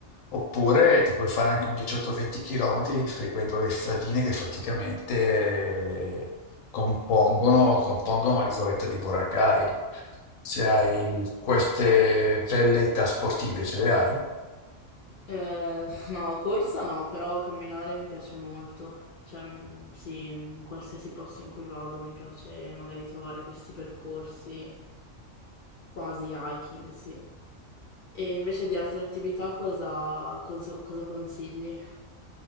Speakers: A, on the left; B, on the left.
A: oppure ti puoi fare anche un 18-20 km seguendo le stradine che praticamente eh, compongono, compongono l'isoletta di Boracay. Se hai queste velleità sportive, ce le hai?
B: Eh, no, corsa no, però camminare mi piace molto. Cioè, mm, sì, in qualsiasi posto in cui vado mi piace magari trovare questi percorsi quasi hiking, sì. E invece di altre attività cosa, conso- cosa consigli?